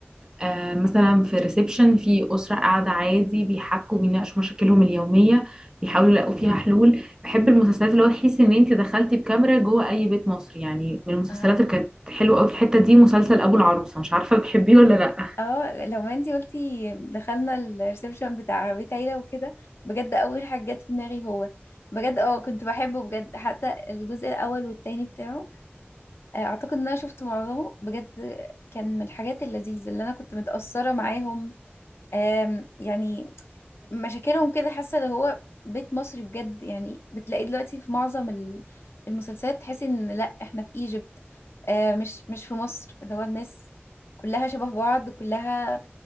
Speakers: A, on the right (about 15°); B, on the left (about 70°).
A: آه، مثلا في ريسبشن في أسرة قاعدة عادي بيحكوا بيناقشوا مشاكلهم اليومية بيحاولوا يلاقوا فيها حلول بحب المسلسلات اللي هو تحسي ان انت دخلتي بكاميرا جوه اي بيت مصري يعني من المسلسلات
B: اه
A: اللي كانت حلوة قوي في الحتة دي مسلسل ابو العروسة مش عارفة بتحبيه ولا لا
B: اه لو ما انتي قلتي دخلنا الريسبشن بتاع بيت عيلة وكده بجد اول حاجة جت في دماغي هو بجد اه كنت بحبه بجد حتى الجزء الاول والتاني بتاعه آه، اعتقد ان انا شفت معظمه بجد كان من الحاجات اللذيذة اللي انا كنت متأثرة معاهم آم، يعني مشاكلهم كده حاسة اللي هو بيت مصري بجد يعني بتلاقيه دلوقتي في معظم ال- المسلسلات تحسي ان لا احنا في ايجيبت آه، مش مش في مصر اللي هو الناس كلها شبه بعض كلها